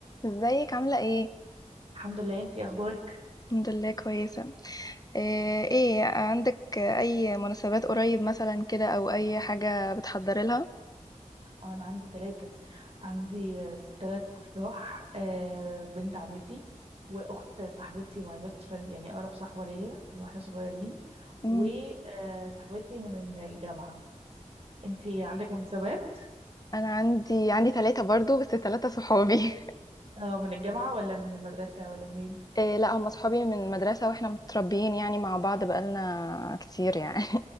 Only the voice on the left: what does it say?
ازيك عاملة ايه؟
الحمد لله كويسة آه، ايه عندك اي مناسبات قريب مثلا كده او اي حاجة بتحضري لها؟
مم.
انا عندي عندي ثلاثة برضو بس ثلاثة صحابي
<laughs> إيه لا هم صحابي من المدرسة واحنا متربيين يعني مع بعض بقالنا كتير يعني